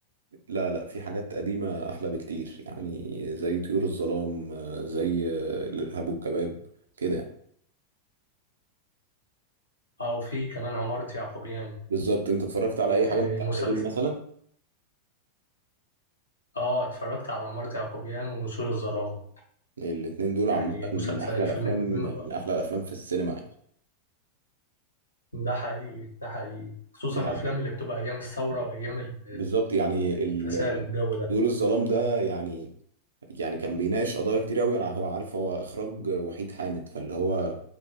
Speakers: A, on the right; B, on the left.
A: لا لا في حاجات قديمة أحلى بكتير يعني زي طيور الظلام آه، زي آه، الإرهاب والكباب كده يعني.
B: أو في كمان عمارة يعقوبيان
A: بالظبط أنت اتفرجت على أي حاجة
B: آه،
A: من التلاتة
B: مسلسل
A: دول مثلا
B: آه اتفرجت على عمارة يعقوبيان ونسور الظلام
A: الاتنين دول
B: يعني
A: عامة
B: مسلسل
A: من أحلى الأفلام
B: فيلمين
A: من
B: حلوين خالص
A: أحلى الأفلام في السينما يعني
B: ده حقيقي ده حقيقي خصوصا
A: يعني
B: الأفلام اللي بتبقى أيام الثورة وأيام ال-
A: بالظبط يعني
B: ال- الفساد
A: ال-
B: والجو ده
A: طيور الظلام ده يعني يعني كان بيناقش قضايا كتير قوي انا هو عارف هو اخراج وحيد حامد فاللي هو